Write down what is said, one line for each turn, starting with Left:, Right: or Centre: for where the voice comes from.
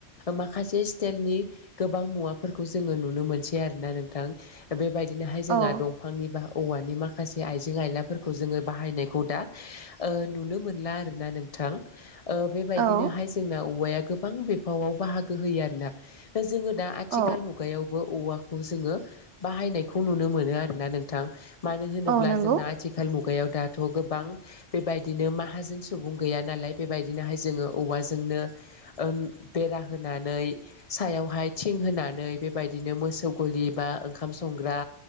Left: माखासे स्टाइलनि गोबां मुवाफोरखौ जोङो नुनो मोनसै आरोना नोंथां। बेबायदिनोहाय जोंहा
Right: औ
Left: दंफांनि बा औवानि माखासे आइजें आयलाफोरखौ जोङो बाहायनायखौ दा नुनो ओ मोनला आरोना नों थां। ओ बेबायदिनोहाय
Right: औ
Left: जोंना औवाया गोबां बिफावाव बाहागो होयो आरोना जोङो दा आथिखाल
Right: औ
Left: मुगायावबो औवाखौ जोङो बाहायनायखौ नुनो मोनो आरो ना नोंथां। मानो होनोब्ला
Right: औ नंगौ
Left: जोंना आथिखाल मुगायाव दाथ' गोबां बेबायदिनो माहाजोन सुबुं गैया नालाय बेबायदिनोहाय जोङो औवाजोंनो ओ बेरा होनानै सायावहाय थिं होनानै बेबायदिनो मोसौ ग बिबा ओ ओंखाम संग्रा